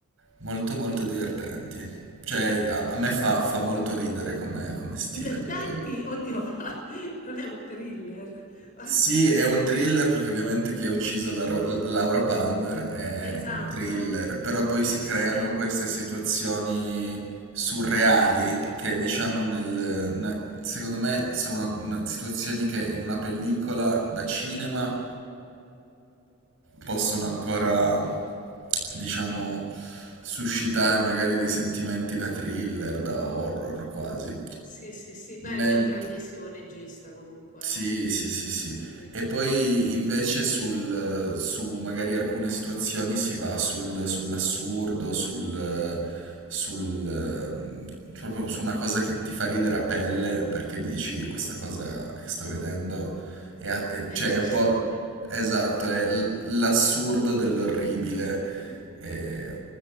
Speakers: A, on the right; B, on the left.
A: molto, molto divertenti. Cioè, a, a me fa, fa molto ridere come, come stile,
B: Divertenti?
A: perché...
B: Oddio, <laughs> non è un thriller. <laughs>
A: Sì, è un thriller, perché ovviamente chi ha ucciso Lara- Laura Palmer è,
B: Esatto.
A: è un thriller, però poi si
B: Sì,
A: creano
B: sì,
A: queste situazioni surreali che, diciamo, nel, ne- secondo me sono una- una- situazioni che in una pellicola da cinema possono ancora, diciamo, suscitare magari dei sentimenti da thriller, da horror quasi.
B: sì, sì, sì. Beh,
A: Mentre...
B: lui è un grandissimo regista comunque,
A: Sì,
B: eh.
A: sì, sì, sì.
B: Non
A: E
B: c'è
A: poi
B: fantas
A: invece sul, su magari alcune situazioni si va sul- sull'assurdo, sul, sul, ehm, proprio su una cosa che ti fa ridere a pelle perché dici questa cosa che sto vedendo è, a- è-
B: è
A: cioè
B: impossibile.
A: è un po' esatto, è l- l'assurdo dell'orribile.
B: <laughs>
A: E,